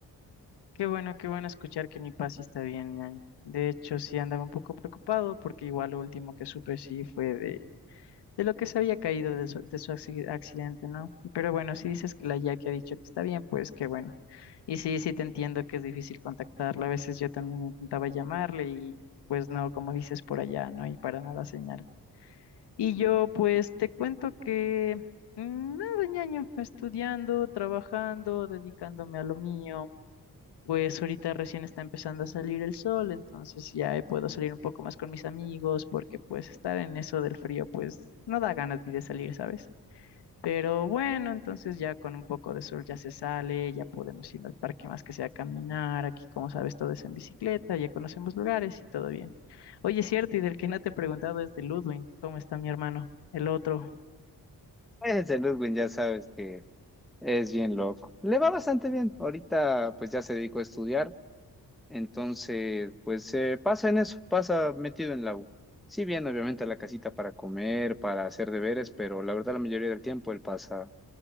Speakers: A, on the left; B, in the centre.
A: Qué bueno, qué bueno escuchar que mi Paz sí está bien, ñaño. De hecho, sí andaba un poco preocupado porque igual lo último que supe sí fue de, de lo que se había caído de su, de su acci- accidente, ¿no? Pero bueno, si dices que la Jackie ha dicho que está bien, pues qué bueno. Y sí, sí te entiendo que es difícil contactarla. A veces yo también intentaba llamarle y pues no, como dices por allá, ¿no? Y para nada señal. Y yo pues te cuento que mm, nada, ñaño, estudiando, trabajando, dedicándome a lo mío. Pues ahorita recién está empezando a salir el sol, entonces ya eh, puedo salir un poco más con mis amigos, porque pues estar en eso del frío, pues no da ganas ni de salir, ¿sabes? Pero bueno, entonces ya con un poco de sol ya se sale, ya podemos ir al parque más que sea a caminar, aquí como sabes todo es en bicicleta, ya conocemos lugares y todo bien. Oye, es cierto, y del que no te he preguntado es de Ludwig, ¿cómo está mi hermano? El otro.
B: Ese Ludwig ya sabes que es bien loco. Le va bastante bien. Ahorita pues ya se dedicó a estudiar, entonces pues se pasa en eso, pasa metido en la U. Sí bien, obviamente a la casita para comer, para hacer deberes, pero la verdad la mayoría del tiempo él pasa